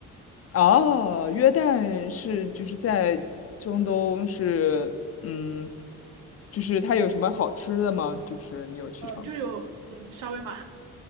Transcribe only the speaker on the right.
呃，就有嗯沙威玛，